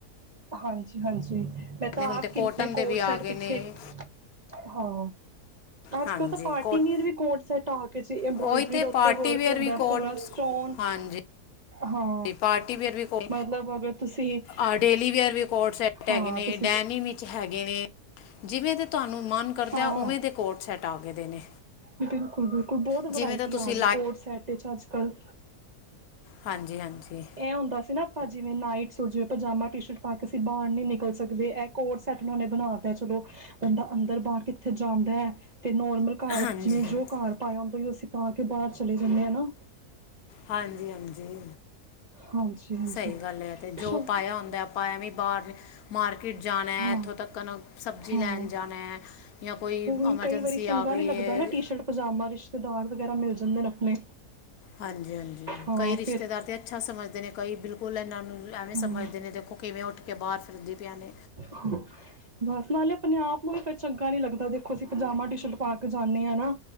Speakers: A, on the right (about 60°); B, on the left (about 70°).
A: ਹਾਂਜੀ-ਹਾਂਜੀ। ਮੈਂ ਤਾਂ
B: ਨੇ ਹੁਣ
A: ਆਪ
B: ਤੇ
A: ਕਿੰਨੇ
B: ਕੋਟਨ
A: ਕੋਡ-ਸੈਟ
B: ਦੇ ਵੀ ਆ ਗਏ
A: ਪਿੱਛੇ,
B: ਨੇ
A: ਹਾਂ ਅੱਜ-ਕੱਲ੍ਹ
B: ਹਾਂਜੀ
A: ਤਾਂ ਪਾਰਟੀਵੀਅਰ
B: ਕੋਟ
A: ਵੀ ਕੋਡ-ਸੈਟ ਆ ਗੇ ਜੇ, ਇੰਬਰੋਇਡਰੀ
B: ਉਹੀ ਤੇ
A: ਦੇ ਉੱਤੇ
B: ਪਾਰਟੀ
A: ਵਰਕ
B: ਵੇਅਰ
A: ਹੁੰਦਾ
B: ਵੀ ਕੋਟ
A: ਪੂਰਾ ਸਟੋਨ
B: ਹਾਂਜੀ,
A: ਹਾਂ
B: ਪਾਰਟੀਵੀਅਰ ਵੀ ਕੋਡ
A: ਮਤਲਬ ਅਗਰ ਤੁਸੀਂ
B: ਆ ਡੇਲੀ ਵੀਅਰ ਵੀ ਕੋਡ-ਸੈਟ
A: ਹਾਂ
B: ਹੈਗੇ ਨੇ,
A: ਤੁਸੀਂ
B: ਡੈਨੀ ਵਿੱਚ ਹੈਗੇ ਨੇ, ਜਿਵੇਂ ਦੇ ਤੁਹਾਨੂੰ ਮਨ ਕਰਦਾ,
A: ਹਾਂ
B: ਓਵੇਂ ਦੇ ਕੋਡ-ਸੈਟ ਆ ਗਏ ਦੇ ਨੇ।
A: ਬਿਲਕੁਲ-ਬਿਲਕੁਲ ਬਹੁਤ
B: ਜਿਵੇਂ
A: ਵਰਾਇਟੀ
B: ਦਾ ਤੁਸੀਂ
A: ਆ ਗਈ, ਕੋਡ-ਸੈਟ ਚ ਅੱਜ-ਕੱਲ੍ਹ।
B: ਹਾਂਜੀ-ਹਾਂਜੀ।
A: ਐਹ ਹੁੰਦਾ ਸੀ ਨਾ ਆਪਾਂ, ਜਿਵੇਂ-ਨਾਈਟ ਸੂਟ ਜਿਵੇਂ ਪਜਾਮਾ, ਟੀ-ਸ਼ਰਟ ਪਾ ਕੇ ਅਸੀਂ ਬਾਹਰ ਨੀ ਨਿਕਲ ਸਕਦੇ ਐ ਕੋਡ-ਸੈਟ ਨੂੰ ਓਨੇ ਬਣਾ ਤਾ ਚਲੋ ਬੰਦਾ ਅੰਦਰ -ਬਾਹਰ ਕਿੱਥੇ ਜਾਂਦਾ ਐ ਤੇ ਨੋਰਮਲ ਘਰ
B: ਹਾਂਜੀ
A: ਚ ਵੀ
B: ਹਾਂਜੀ
A: ਜੋ ਘਰ ਪਾਉਣ ਦੇ ਅਸੀਂ ਪਾ ਕੇ ਬਾਹਰ ਚਲੇ ਜਾਨੇ ਆ ਨਾ।
B: ਹਾਂਜੀ-ਹਾਂਜੀ‌।
A: ਹਾਂਜੀ ਹਾਂਜੀ
B: ਸਹੀ ਗੱਲ ਐ, ਤੇ ਜੋ
A: ਚਲੋ
B: ਪਾਇਆ ਹੁੰਦਾ ਆਪਾਂ ਐਵੀ ਬਾਹਰ ਮਾਰਕਿਟ ਜਾਣਾ,
A: ਹਾਂ
B: ਇੱਥੋਂ ਤਕਨ ਸਬਜ਼ੀ
A: ਹਾਂ
B: ਲੈਣ ਜਾਣੈ ਜਾਂ ਕੋਈ
A: ਉਹੀ
B: ਅਮਰਜਸੀ
A: ਕਈ ਵਾਰੀ ਚੰਗਾ
B: ਆ ਗਈ
A: ਨਹੀਂ ਲੱਗਦਾ
B: ਐ
A: ਨਾ ਟੀ-ਸ਼ਰਟ ਪਜਾਮਾ ਰਿਸ਼ਤੇਦਾਰ ਵਗੈਰਾ ਮਿਲ ਜਾਂਦੇ ਨੇ ਆਪਣੇ।
B: ਹਾਂਜੀ-ਹਾਂਜੀ
A: ਹਾਂ
B: ਕਈ ਰਿਸ਼ਤੇਦਾਰ
A: ਫਿਰ
B: ਤੇ ਅੱਛਾ ਸਮਝਦੇ ਨੇ ਕਈ ਬਿਲਕੁਲ ਇਹਨਾਂ ਨੂੰ ਐਵੇਂ
A: ਹਾਂ
B: ਸਮਝਦੇ ਨੇ ਦੇਖੋ ਕਿਵੇਂ ਉੱਠ ਕੇ ਬਾਹਰ ਫਿਰਦੀ ਪਿਆ ਨੇ
A: <inaudible> ਬਸ ਨਾਲੇ ਆਪਣੇ ਆਪ ਨੂੰ ਵੀ ਫੇਰ ਚੰਗਾ ਨੀ ਲੱਗਦਾ, ਦੇਖੋ ਅਸੀਂ ਪਜਾਮਾ ਟੀ-ਸ਼ਰਟ ਪਾ ਕੇ ਜਾਨੇ ਆ ਨਾ